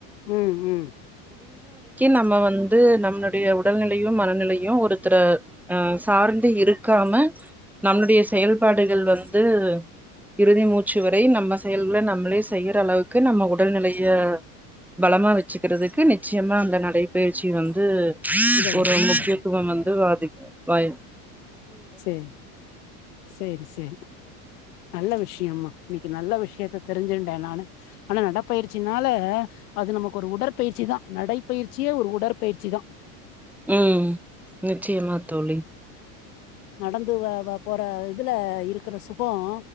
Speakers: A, on the left (about 85°); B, in the centre.
A: உம் உம்
B: நம்ம வந்து நம்மளுடைய உடல்நிலையும் மனநிலையும் ஒருத்தர அஹ் சார்ந்து இருக்காம நம்மளுடைய செயல்பாடுகள் வந்து இறுதி மூச்சு வரை நம்ம செயல்களை நம்மளே செய்யற அளவுக்கு நம்ம உடல்நிலைய பலமா வச்சுக்கிறதுக்கு நிச்சயமா அந்த நடைப்பயிற்சி வந்து
A: உதவுது
B: ஒரு முக்கியத்துவம்
A: ம்
B: வந்து பாதிக்கும் வாய
A: சரி சரி சரி நல்ல விஷயமா நீ நல்ல விஷயம் கேற்று தெரிஞ்சுண்டேன் நானு ஆனா நடடைப்பயிற்சினால அது நமக்கு ஒரு உடற்பயிற்சி தான் நடைப்பயிற்சியே ஒரு உடற்பயிற்சி தான்
B: உம் நிச்சயமா தோழி
A: நடந்து போற இதுல இருக்கிற சுகம்